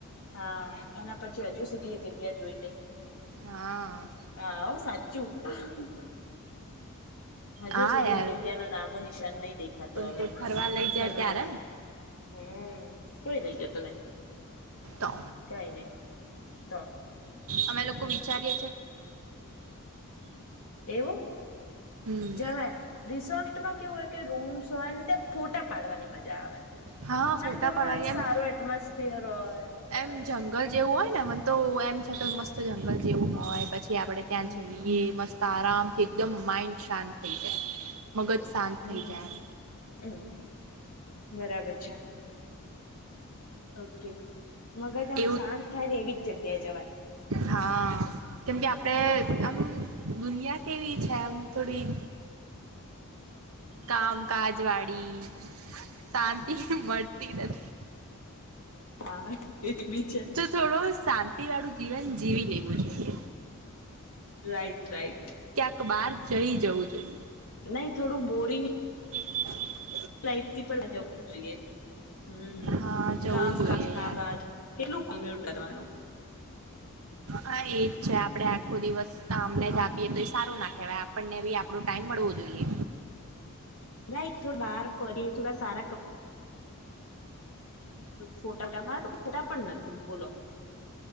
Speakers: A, on the left; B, on the right.
A: હાએના પછી હજુ સુધી જગ્યા જોઈ નઈ
B: હા
A: હા <unintelligible> સા <inaudible> હજુ
B: હા
A: સુધી
B: યાર
A: જગ્યા ન નામો નિશાન નહિ દેખાતો
B: પણ
A: હવે
B: કોઈ ફરવા લઈ જાય
A: મનમાં
B: ત્યારે ને
A: હમ કોઈ નઈ જ તો
B: તો
A: <unintelligible> કઈ નહી તો
B: અમે લોકો વિચારીએ
A: એવું
B: <unintelligible>
A: જવાય
B: <unintelligible>
A: રિસોર્ટમાં કેવું હોય કે રૂમ્સ હોય ને ત્યા ફોટા પાડવાની મજા આવે
B: હા
A: આમ
B: ફોટા
A: થોડું
B: પાડવા
A: આમ
B: એમ
A: સારું એટમોસફિયર હોય આમ
B: એમ
A: સરસ.
B: જંગલ જેવું હોય ને તો એમ સાથે મસ્ મસ્ત જંગલ જેવું હોય પછી આપડણે ત્યાં
A: હમ
B: જઈએ મસ્ત તારામ એકદમ માઇન્ડ શાંત થઈ જાય મગજ શાંત
A: હમ
B: થઈ જાય એમ
A: હમ બરાબર છે. ઓકે મગજ
B: એમ
A: આમ
B: એવું
A: શાંત થાય ને એવી જ જગ થઇ જવાય
B: હા કેમ કે આપડે
A: તો
B: આમ દુનિયા કેવી છે એમ થોડી કામ કાજ વાળી શાંતિ મ તી નથી
A: આ
B: ત થોડો શાંત કી વાડુ દ જીવન જીવી લેવું જોઈએ.
A: રાઈટ રાઈટ
B: તો બહાર જઈ જવું જોઈએ.
A: નહીં થોડું બોરિંગ
B: <inaudible>
A: લઇ થી પણ જવું જ જોઈએ હ
B: હા જવું
A: કામકાજ
B: જોઈએ
A: કામકાજ
B: યાર
A: કેટલું કોમ્પ્યુટ કરવાનું
B: હા એજ છે આપડે આખો દિવસ કામને જ આપીએ તો એ સારું ના કેવાય આપણને બી આપણો ટાઈમ મળવો જોઈએ.
A: નાઈક થો બહાર ફરી થોડા સારા ફોટા મારા તો ફોટા પણ નથી બોલો